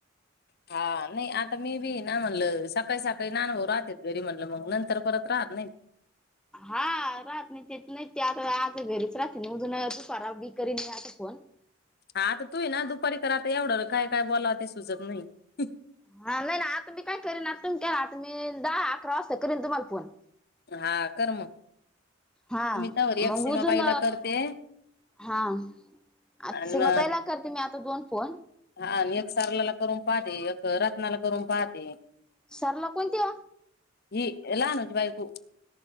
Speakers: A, on the left (about 55°); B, in the centre.
A: हा नाही आता मी बी ना म्हणल सकाळी सकाळी नानभऊ राहते घरी म्हणलं मग नंतर परत राहत नाही.
B: हा राहत नाही ते नाही ते आता आता घेरीच राहते अजून दुपारा बी करीन मी आता फोन
A: हाता तूही ना दुपारी क आता एवढं काय काय बोलावं ते सुचत नाही ही ही.
B: हा नाही नाही आता मी काय करीन आता तु म केला आता मी दहा अकरा वाजता करीन तुम्हाला फोन.
A: हा कर मग
B: हा
A: मी तवर एक
B: मग
A: सीमाबाईला
B: उजून
A: करते
B: हा आ
A: आणि
B: सीमाताई ला करते मी आता दोन फोन.
A: अ आणि एक सरलाला करून पाहते एक रत्नाला करून पाहते.
B: सरला कोणती ओ?
A: ही लहानू ची बायकु.